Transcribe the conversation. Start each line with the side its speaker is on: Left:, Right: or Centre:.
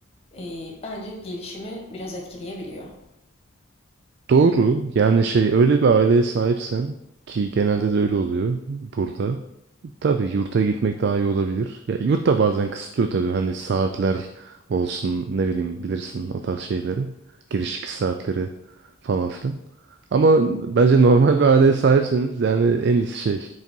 Left: e, bence gelişimi biraz etkileyebiliyor.
Right: Doğru. Yani şey öyle bir aileye sahipsen ki genelde de öyle oluyor burada. Tabii yurta gitmek daha iyi olabilir. Ya yurt da bazen kısıtlıyor tabii. Hani saatler olsun ne bileyim bilirsin o tarz şeyleri. Giriş çıkış saatleri falan filan. Ama bence normal bir aileye sahipseniz yani en iyisi şey